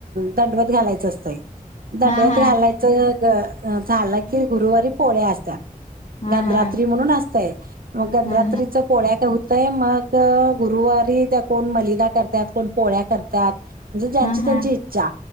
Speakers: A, on the right; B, on the left.
A: दंडवत घालायचं असतंय दंडवत
B: हा हा
A: घालायचं झालं की गुरुवारी पोळ्या असतात
B: हा
A: गधरात्री
B: हा
A: म्हणून असतय मग गधरात्रीच
B: हा हा
A: पोळ्या करतंय मग गुरुवारी त्या कोण मलिदा करत्यात कोण पोळ्या करत्यात म्हणजे ज्यांची
B: हा हा
A: त्यांची
B: हा
A: इच्छा